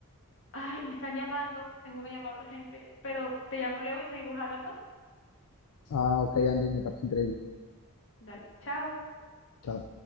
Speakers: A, on the left; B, on the left.
A: Ay, me están llamando, tengo una llamada urgente, pero te llamo luego y seguimos hablando.
B: Ah, ok, Andy, me parece increíble.
A: Dale, chao.
B: Chao.